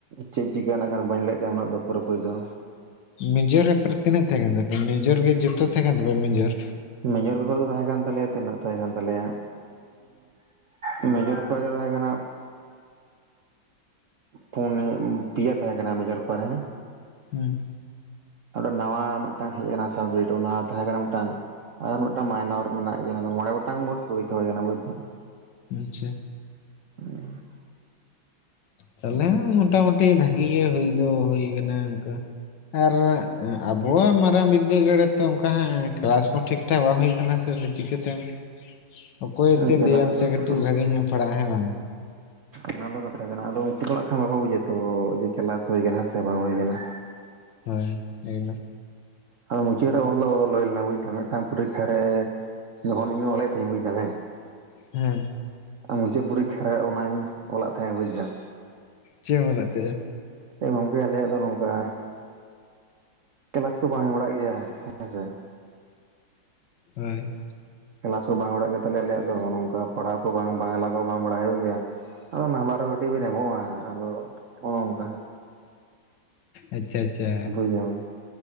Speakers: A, on the right; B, on the left.
A: ᱪᱮᱫ ᱪᱤᱠᱟᱹ-ᱟ ᱱᱟᱜᱠᱷᱟᱱ ᱵᱟᱹᱧ ᱞᱟᱹᱭ ᱫᱟᱲᱮᱭᱟᱜ ᱠᱟᱱᱟ ᱩᱱᱟᱹᱜ ᱫᱚ ᱯᱩᱨᱟᱹᱯᱩᱨᱤ ᱫᱚ᱾
B: ᱢᱮᱡᱚᱨ ᱨᱮ ᱛᱤᱱᱟᱹᱜ ᱛᱟᱦᱮᱸ ᱠᱟᱱ ᱛᱟᱯᱮᱭᱟ ᱢᱮᱡᱚᱨ ᱜᱮ ᱡᱚᱛᱚ ᱛᱟᱦᱮᱸ ᱠᱟᱱ ᱛᱟᱯᱮᱭᱟ ᱢᱮᱡᱚᱨ?
A: ᱢᱮᱡᱚᱨ ᱯᱮᱯᱟᱨ ᱫᱟ ᱛᱟᱦᱮ ᱠᱟᱱ ᱛᱟᱞᱮᱭᱟ ᱛᱤᱱᱟᱹᱜ ᱛᱟᱦᱮ ᱠᱟᱱ ᱛᱟᱦᱮ ᱠᱟᱱ ᱛᱟᱞᱮᱭᱟ ᱩᱸᱜ ᱢᱮᱡᱚᱨ ᱯᱮᱯᱟᱨ ᱜᱮ ᱛᱟᱦᱮ ᱠᱟᱱᱟ᱾ ᱯᱩᱱᱮ ᱯᱤᱭᱟ ᱛᱟᱦᱮᱸ ᱠᱟᱱᱟ ᱢᱮᱡᱚᱨ ᱯᱮᱯᱟᱨ ᱨᱮ᱾
B: ᱦᱩᱸ,
A: ᱚᱸᱰᱮ ᱱᱟᱣᱟ ᱢᱤᱜᱴᱟᱝ ᱦᱮᱜ ᱠᱟᱱᱟ ᱥᱟᱵᱽᱡᱮᱠᱴ ᱚᱱᱟ ᱛᱟᱦᱮᱸ ᱠᱟᱱᱟ ᱢᱤᱜᱴᱟᱝ᱾ ᱟᱨ ᱢᱤᱜᱴᱟᱝ ᱢᱟᱭᱱᱚᱨ ᱢᱮᱱᱟᱜ ᱜᱮᱭᱟ ᱚᱱᱟ ᱫᱚ ᱢᱚᱬᱮ ᱜᱚᱴᱟᱝ ᱢᱳᱴ ᱯᱚᱨᱤᱠᱠᱷᱟ ᱦᱩᱭ ᱠᱟᱱᱟ ᱵᱩᱡᱽᱫᱟᱢ᱾
B: ᱟᱪᱪᱷᱟ,
A: <unintelligible>
B: ᱛᱟᱦᱚᱞᱮ ᱦᱟᱸᱜ ᱢᱳᱴᱟᱢᱩᱴᱤ ᱵᱷᱟᱹᱜᱤ ᱜᱮ ᱦᱩᱭ ᱫᱚ ᱦᱩᱭ ᱠᱟᱱᱟ ᱚᱝᱠᱟ᱾ ᱟᱨ ᱟᱸ ᱟᱵᱚᱣᱟᱜ ᱢᱟᱨᱟᱝ ᱵᱤᱫᱽ ᱫᱟᱹᱜᱟᱲ ᱛᱚ ᱚᱱᱠᱟ ᱦᱟᱸᱜ ᱠᱮᱞᱟᱥ ᱠᱚ ᱴᱷᱤᱠ ᱴᱷᱟᱠ ᱵᱟᱝ ᱦᱩᱭᱩᱜ ᱠᱟᱱᱟ ᱥᱮ ᱟᱫᱚ ᱪᱤᱠᱟᱹᱛᱮᱢ ᱚᱠᱚᱭᱛᱮ
A: ᱠᱮᱞᱟᱥ
B: ᱞᱟᱹᱭᱟᱢᱛᱮ ᱠᱟᱹᱴᱤᱜ
A: ᱠᱚᱫᱚ
B: ᱵᱷᱟᱹᱜᱤ ᱧᱚᱜ ᱮᱢ ᱯᱟᱲᱟᱜᱼᱟ ᱦᱮᱸ ᱵᱟᱝ᱾
A: ᱚᱱᱟ ᱫᱚ ᱠᱟᱛᱷᱟ ᱠᱟᱱᱟ ᱟᱫᱚ ᱩᱱᱠᱩ ᱫᱚ ᱦᱟᱸᱜ ᱠᱷᱟᱱ ᱵᱟᱠᱚ ᱵᱩᱡᱟ ᱛᱚ ᱡᱮ ᱠᱮᱞᱟᱥ ᱦᱩᱭ ᱠᱟᱱᱟ ᱥᱮ ᱵᱟᱝ ᱦᱩᱭ ᱞᱮᱱᱟ᱾
B: ᱦᱳᱭ ᱮᱠᱫᱚᱢ,
A: ᱟᱫᱚ ᱢᱩᱪᱟᱹᱜ ᱨᱮ ᱚᱞ ᱫᱚ ᱚᱞ ᱦᱩᱭ ᱞᱮᱱᱟ ᱵᱩᱡᱽ ᱫᱟᱢ ᱢᱤᱜᱴᱟᱝ ᱯᱚᱨᱤᱠᱠᱷᱟ ᱨᱮ ᱡᱚᱠᱷᱚᱱᱤᱧ ᱚᱞᱮᱫ ᱛᱟᱦᱮᱸᱜ ᱤᱧ ᱵᱩᱡᱽ ᱫᱟᱢ ᱦᱮᱸ᱾
B: ᱦᱮᱸ᱾
A: ᱟᱨ ᱢᱩᱪᱟᱹᱜ ᱯᱚᱨᱤᱠᱠᱷᱟ ᱨᱮ ᱚᱱᱟᱧ ᱚᱞᱟᱫ ᱛᱟᱦᱮᱸᱜ ᱵᱩᱡᱽ ᱫᱟᱢ᱾
B: ᱪᱮᱜ ᱮᱢ ᱚᱞᱮᱜ ᱛᱟᱦᱮᱸᱜ-ᱟ?
A: ᱪᱮᱜ ᱜᱚᱝᱠᱮ ᱟᱞᱮᱭᱟᱜ ᱫᱚ ᱱᱚᱝᱠᱟ ᱠᱮᱞᱟᱥ ᱠᱚ ᱵᱟᱝ ᱦᱩᱭ ᱵᱟᱲᱟᱜ ᱜᱮᱭᱟ ᱦᱮᱸ ᱥᱮ᱾
B: ᱦᱳᱭ,
A: ᱠᱮᱞᱟᱥ ᱠᱚ ᱵᱟᱝ ᱦᱩᱭ ᱵᱟᱲᱟᱜ ᱜᱮ ᱛᱟᱞᱮᱭᱟ ᱟᱞᱮᱭᱟᱜ ᱫᱚ ᱱᱚᱝᱠᱟ ᱯᱟᱲᱦᱟᱣ ᱠᱚ ᱵᱟᱝ ᱵᱟᱝᱞᱟ ᱠᱚ ᱵᱟᱝ ᱵᱟᱲᱟᱭ ᱦᱩᱭᱩᱜ ᱜᱮᱭᱟ᱾ ᱟᱫᱚ ᱱᱟᱢᱵᱟᱨ ᱠᱚ ᱠᱟᱹᱴᱤᱜ ᱵᱤᱱ ᱮᱢᱚᱜᱼᱟ ᱟᱫᱚ ᱚᱝᱠᱟ᱾
B: ᱟᱪᱪᱷᱟ ᱟᱪᱪᱷᱟ᱾
A: ᱡᱮᱢᱚᱱ